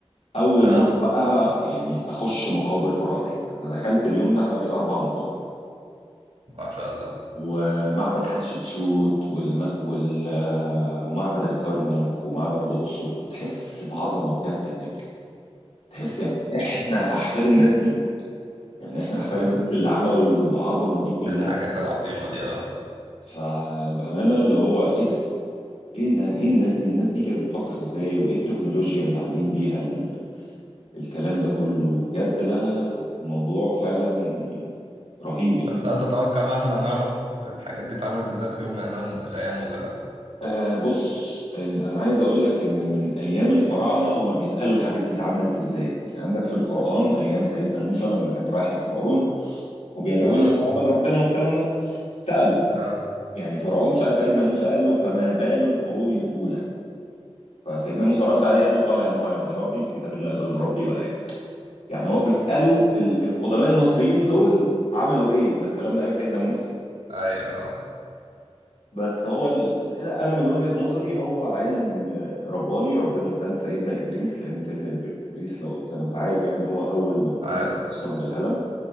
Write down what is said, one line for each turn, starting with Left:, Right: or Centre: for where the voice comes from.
Left: اول
Right: اه
Left: مره بقى يعني اخش مقابر فرعونيه انا دخلت اليوم ده حوالي اربع مقابر
Right: ما شاء الله
Left: ومعبد حتشبسوت والم... وال... ومعبد الكرنك ومعبد الأقصر بتحس بعظمة بجد هناك تحس يعني احنا أحفاد الناس دي يعني احنا أحفاد
Right: <laughs>
Left: الناس اللي عملوا العظمة دي كلها
Right: الحاجات العظيمة دي اه
Left: فبأمانة اللي هو ايه ده ايه ده ايه الناس دي الناس دي كانت بتفكر ازاي وايه التكنولوجيا اللي عاملين بيها ال... الكلام ده كله بجد لا لا لا لا الموضوع فعلا رهيب يعني
Right: بس هل تتوقع بقى احنا هنعرف الحاجات دي اتعملت ازاي في يوم من الأيام الأيام ولا لأ؟
Left: آه بص إن انا عايز اقول لك ان من ايام الفراعنه هم بيسالوا الحاجات دي اتعملت ازاي يعني عندك في القران ايام سيدنا موسى لما كان رايح لفرعون وبيدعوه
Right: مم.
Left: ان هو عبد ربنا والكلام ده سالوا
Right: اه
Left: يعني فرعون سال سيدنا موسى قال له فما بال القرون الاولى فسيدنا موسى رد عليه قال له قال علمها عند ربي في كتاب لا يضل ربي ولا ينسى يعني هو بيسالوا ال- القدماء المصريين دول عملوا ايه ده الكلام ده ايام سيدنا موسى
Right: أيوه اه
Left: بس هو ال... انا من وجهة نظري هو علم رباني ربنا اداه لسيدنا ادريس لان سيدنا إدري- ادريس لو زي ما انت عارف يعني هو اول من كتب
Right: عارف اه
Left: اصلا بالقلم